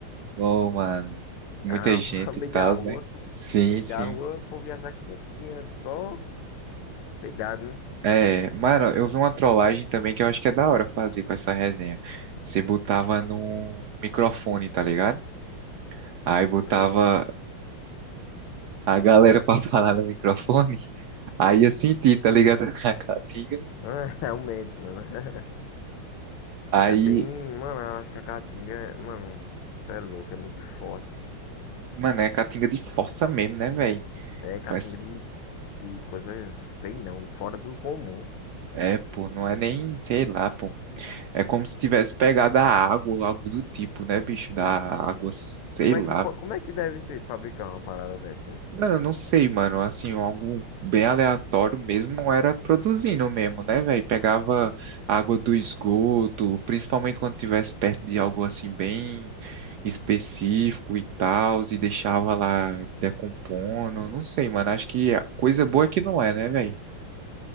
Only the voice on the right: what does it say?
Ô, mano, muita
gente
e tal,
né?
Sim,
sim.
É, mano, eu vi uma trollagem também que eu acho que é da hora fazer com essa resenha. Você botava num microfone, tá ligado? Aí botava
a galera pra <laughs> falar no microfone. Aí eu senti, tá ligado? <laughs> A caatinga.
Aí,
mano, é caatinga de força mesmo, né, velho?
Mas
é, pô, não é nem, sei lá, pô. É como se tivesse pegado a água, ou algo do tipo, né, bicho? Da água, sei
lá.
Mano, eu não sei, mano. Assim, algo bem aleatório mesmo era produzindo mesmo, né, velho? Pegava água do esgoto, principalmente quando tivesse perto de algo assim bem específico e tal, e deixava lá decompondo. Não sei, mano. Acho que a coisa boa é que não é, né, velho?